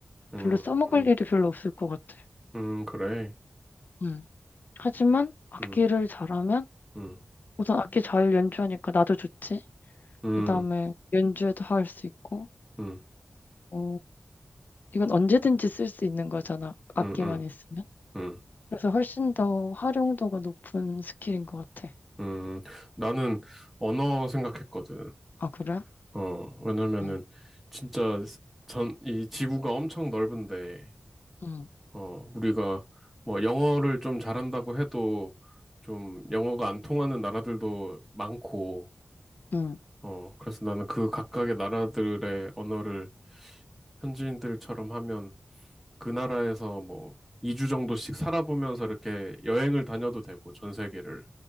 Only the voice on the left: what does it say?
별로 써먹을
일이 별로 없을 것 같아.
음. 하지만 악기를
잘하면
우선 악기 잘 연주하니까 나도 좋지.
그다음에 연주에도 할 수 있고,
어 이건 언제든지 쓸 수 있는 거잖아. 악기만
있으면.
그래서 훨씬 더 활용도가 높은 스킬인 것 같아.
아, 그래?
어,
응,
응,